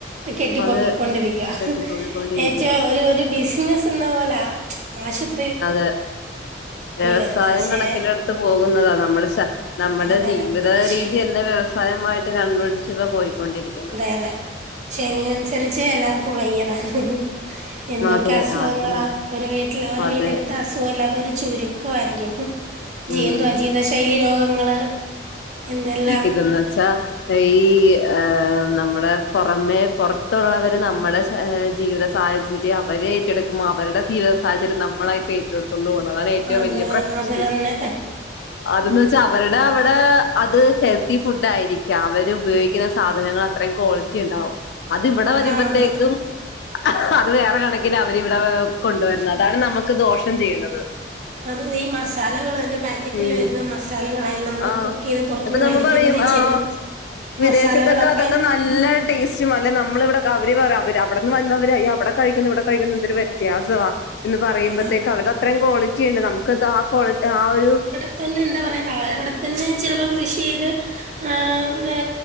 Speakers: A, on the right; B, on the left.
A: കെട്ടിപൊക്കൊണ്ടിരികുവ
B: അത് കെട്ടിപ്പോക്കിക്കൊണ്ടിരിക്കുക
A: ഏച്ച ഒരു ഒരു ബിസിന എന്ന പോല ആശുദ്
B: അതെ വ്യവസായം
A: വരുന്നത് പക്ഷെ
B: കണക്കിലെടുത്ത് പോകുന്നതാ നമ്മുസ നമ്മുടെ
A: അതെ
B: ജീവിത
A: അതെ പക്ഷെ
B: രീതി തന്നെ വ്യവസായമായിട്ട് കണ്ണൊടിച്ച് ഇപ്പ പോയിക്കൊണ്ടിരിക്കുന്ന
A: എനെ ശനി അനുസരിച്ച് എല്ലാർക്കും വയ്യദാനം എന്തൊക്കെ
B: അതെ
A: അസുഖങ്ങളാ
B: ആർക്കും
A: ഒരു വീട്ടില് ഒരു
B: അതെ
A: വീട് എടുത്ത അസുഖ ഇല്ലാതെ ഒരു ചുരുക്കയിയിരിക്കും ജീ
B: ഉം
A: എന്തുവാ ജീവിത ശൈലി രോഗങ്ങള് എന്തെല്ലാം
B: ഇത് ന്ന് വച്ചാ ഈ ഹാ ഇഹ് നമ്മള് പുറമെ പുറത്തുള്ളവര് നമ്മുളെ ജീവിത സാഹചെര്യയം അവരെ ഏറ്റട് അവരുടെ ജീവിത സാഹചര്യം നമ്മളായിട്ട ചുട്ത്തെട് പോണതാണ് ഏറ്റവും
A: അത്
B: വലിയ പ്രശ്നം
A: അത് തന്നെ
B: അതന്ന് വെച്ചാ അവരുടെ അവിടെ അത് ഹെൽത്തി ഫുഡ് ആയിരിക്കാം അവര് ഉപയോഗിക്കുന്ന സാധനങ്ങൾ അത്രയും ക്വാളിറ്റി ഉണ്ടാവു അത് ഇവിടെ വരുമ്പത്തേക്കും
A: ആഹ് അതെ
B: അത് വേറെ കണക്കിൽ അവരിവിടെ കൊണ്ടുവരുന്നത് അതാണ് നമുക്ക് ദോഷം ചെയ്യുന്നത്
A: അതിഇതി ഈ മസാലകൾല്ലെ പാക്കറ്റിൽ
B: ഉം
A: വരുന്ന മസാലകളെല്ല നമ്മള്
B: ആഹ്
A: കുക്ക്യ്ത് പുറത്തുന്ന്
B: ഇപ്പൊ നമ്മ
A: മേടിക്കുന്നതിൽ
B: പറയും ആഹ്
A: ചേന്ന്
B: വിദേശത്തൊക്കെ
A: മസാലകളൊക്കെ
B: അതൊക്കെ നല്ല ടേസ്റ്റും അല്ല നമ്മള് ഇവിടെ അവര് വെറെ അവര് അവിടെന്ന് വന്നവരായി അവിടെ കഴിക്കുന്ന ഇവിടെ കഴിക്കുന്നന്തൊരു വ്യത്യാസവാ എന്ന് പറയുമ്പതെക്ക്
A: അതാ
B: അവര് അത്രയും ക്വാളിറ്റി ഉണ്ട് നമുക്ക് എദാ കൊള്ട ആ ഒരു
A: പിന്നെ എന്താ പറയാ അവര് അവിടെത്തന്നെ ചിലപ്പോം കൃഷി ചെയ്ത് ഏമ്മേ